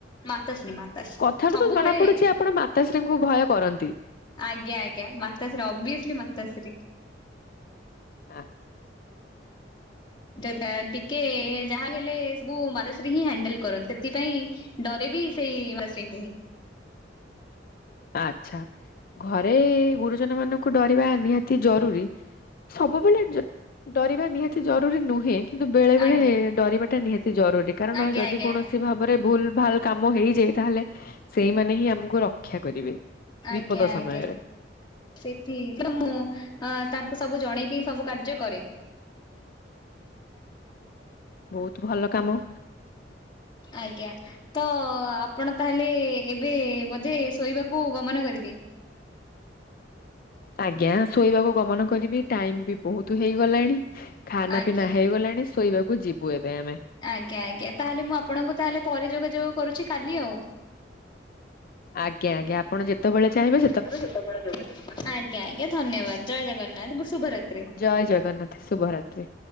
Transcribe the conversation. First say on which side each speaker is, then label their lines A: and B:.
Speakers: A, on the left; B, on the left.
A: ମାତାଶ୍ରୀ ମାତାଶ୍ରୀ
B: କଥାରୁ
A: ସବୁବେଳେ
B: ତ ଜଣା ପଡୁଛି ଆପଣ ମାତାଶ୍ରୀଙ୍କୁ ଭୟ କରନ୍ତି।
A: ଆଜ୍ଞା ଆଜ୍ଞା ମାତାଶ୍ରୀ ଅବ୍ୟସିଲି ମାତାଶ୍ରୀ।
B: ଆଁ
A: ସେ ଯାହା ଟିକେ ଯାହା ହେଲେ କୁ ମାତାଶ୍ରୀ ହିଁ ହ୍ୟାଣ୍ଡେଲ କରନ୍ତି। ସେଥିପାଇଁ ଡରେ ବି ସେଇ ଡଷ୍ଟିଙ୍ଗକ୍ଯୁନି।
B: ଆଚ୍ଛା ଘରେ ଗୁରୁଜନ ମାନଙ୍କୁ ଡରିବା ନିହାତି ଜରୁରୀ। ସବୁବେଳେ ଯା ଡରିବା ନିହାତି ଜରୁରୀ ନୁହେଁ। କିନ୍ତୁ ବେଳେ ବେଳେ
A: ଆଜ୍ଞା
B: ଡରିବାଟା ନିହାତି ଜରୁରୀ କାରଣ
A: ଆଜ୍ଞା
B: ଯଦି
A: ଆଜ୍ଞା
B: କୋଣସି ସି ଭାବରେ ଭୁଲ ଭାଲ କାମ ହେଇଯାଇ ତାହେଲେ ସେଇମାନେ ହିଁ ଆମକୁ ରକ୍ଷା କରିବେ।
A: ଆଜ୍ଞା
B: ବିପଦ
A: ଆଜ୍ଞା।
B: ସମୟରେ
A: ସେଠି ସେ ମୁଁ ଅଁ ତାଙ୍କୁ ସବୁ ଜଣେଇକି ସବୁ କାର୍ଯ୍ୟ କରେ।
B: ବହୁତ ଭଲ କାମ।
A: ଆଜ୍ଞା। ତ ଆପଣ ତାହେଲେ ଏବେ ବୋଧେ ଶୋଇବାକୁ ଗମନ କରିବେ।
B: ଆଜ୍ଞା ଶୋଇବାକୁ ଗମନ କରିବି ଟାଇମ ବି ବହୁତ ହେଇଗଲାଣି। ଖାନା
A: ଆଜ୍ଞା
B: ପିନା ହେଇଗଲାଣି ଶୋଇବାକୁ ଯିବୁ ଏବେ ଆମେ।
A: ଆଜ୍ଞା ଆଜ୍ଞା। ତାହେଲେ ମୁଁ ଆପଣଙ୍କୁ ତାହେଲେ ପରେ ଯୋଗାଯୋଗ କରୁଛି କାଲି ଆଉ।
B: ଆଜ୍ଞା ଆଜ୍ଞା। ଆପଣ ଯେତେବେଳେ ଚାହିଁବେ
A: ଇଚ୍ଛା ଥିଲେ ଯେତେ ବେଳେ ଯୋଗାଯୋଗ କରିପାରିବେ। ଆଜ୍ଞା ଆଜ୍ଞା ଧନ୍ୟବାଦ ଜୟ ଜଗନ୍ନାଥ ଗୁ ଶୁଭରାତି।
B: ଜୟ ଜଗନ୍ନାଥ ଶୁଭ ରାତ୍ରି।